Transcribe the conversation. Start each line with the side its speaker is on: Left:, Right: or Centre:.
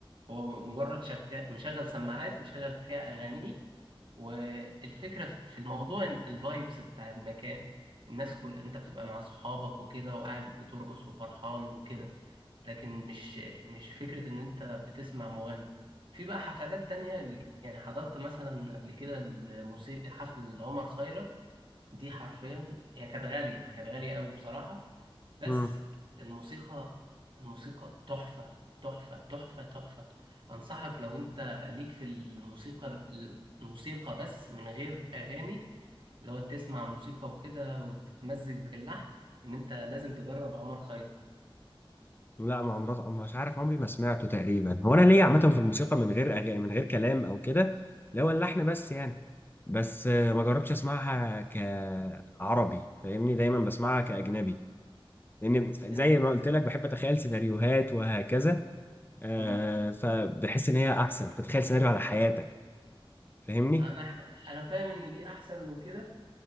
Right: هو مجرد شغال مشغل سماعات مشغل فيها اغانيه والفكره في الموضوع إن الفايبس بتاع المكان الناس كل انت بتبقى مع صحابك وكده وقاعد بترقص وفرحان وكده لكن مش مش فكره ان انت بتسمع مغني في بقى حفلات تانية يعني حضرت مثلا قبل كده الموسيقى حفل عمر خيرت دي حرفيا هي كانت غاليه كانت غاليه قوي بصراحه بس
Left: مم.
Right: الموسيقى الموسيقى تحفة تحفة تحفة تحفة أنصحك لو أنت ليك في الموسيقى الموسيقى بس من غير أغاني اللي هو تسمع موسيقى وكده وتتمزج باللحن إن أنت لازم تجرب عمر خيرت
Left: لا ما عمري مش عارف عمري ما سمعته تقريبا هو انا ليا عامه في الموسيقى من غير أغاني من غير كلام او كده اللي هو اللحن بس يعني بس آه، ما جربتش اسمعها كعربي فاهمني دايما بسمعها كاجنبي لان زي
Right: أنت
Left: ما قلت لك بحب اتخيل سيناريوهات وهكذا آه،
Right: مم.
Left: فبحس ان هي احسن تتخيل سيناريو على حياتك فاهمني
Right: أنا أنا فاهم إن دي أحسن وكده